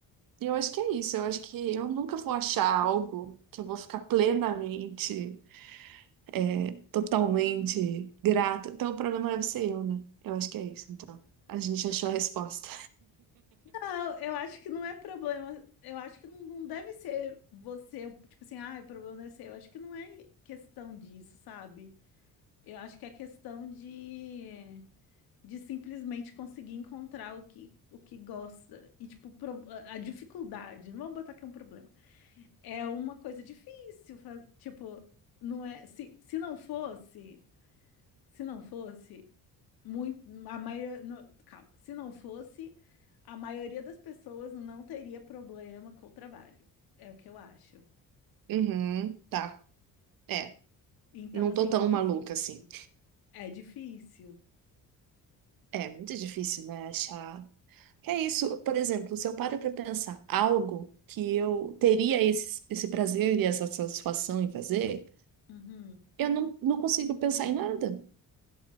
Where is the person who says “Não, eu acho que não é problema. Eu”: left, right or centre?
Left